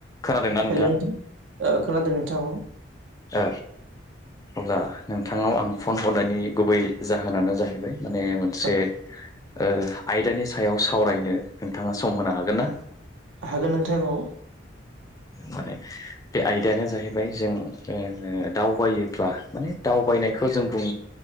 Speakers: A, on the left; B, on the right.
A: खोनादोंना नोंथां
B: हेलौ नोंथां खोनादों नोंथां औ
A: औ अब्ला नोंथांनाव आं फन हरनायनि गुबै जाहोनानो जाहैबाय माने मोनसे
B: औ
A: ओ आयदानि सायाव सावरायनो नोंथाङा सम होनो हागोन ना?
B: हागोन नोंथां औ
A: माने बे आयदायानो जाहैबाय जों ओ दावबायोब्ला माने दावबायनायखौ जों बुं